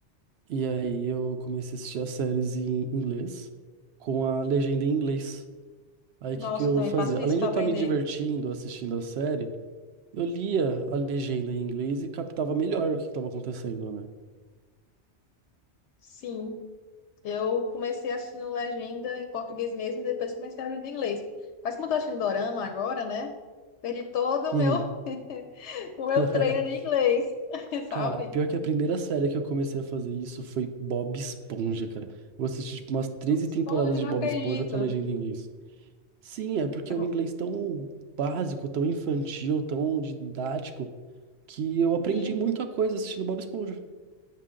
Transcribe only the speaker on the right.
E aí eu comecei a assistir as séries em inglês com a legenda em inglês. Aí o
que que eu
fazia?
Além
de eu estar
me divertindo assistindo a série, eu lia a legenda em inglês e captava melhor o que estava acontecendo, né?
Uhum.
<laughs>
Cara, pior que a primeira série que eu comecei a fazer isso foi Bob Esponja, cara. Eu assisti tipo umas treze
temporadas
de Bob
Esponja com a legenda em inglês. Sim, é porque
é um inglês tão básico, tão infantil, tão didático, que eu aprendi
muita coisa assistindo Bob Esponja.